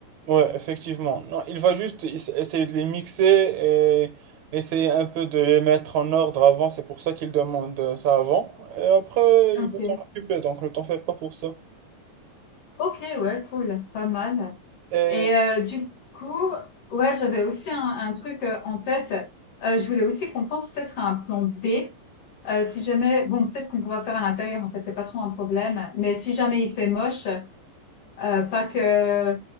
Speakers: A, on the right; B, on the left.
A: Ouais, effectivement. Non, il va juste ess- essayer de les mixer et essayer un peu de les mettre en ordre avant, c'est pour ça qu'il demande euh, ça avant. Et après,
B: OK.
A: il va s'en occuper, donc ne t'en fais pas pour ça.
B: OK, ouais, cool, pas mal
A: Et
B: et heu, du coup, ouais, j'avais aussi un un truc, heu, en tête. Heu, je voulais aussi qu'on pense peut-être à un plan B. Euh, si jamais, bon, peut-être qu'on pourra faire à l'intérieur, en fait, c'est pas trop un problème. Mais si jamais il fait moche, euh, pas que,